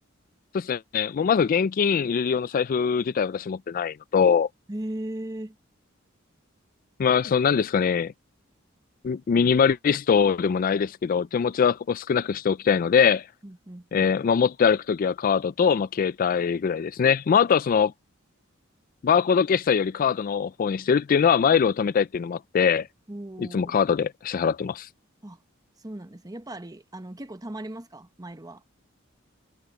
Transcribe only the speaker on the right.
へえ。
うんうんうん。
お
ー。あ、そうなんですね。やっぱり、あの、結構貯まりますかマイルは。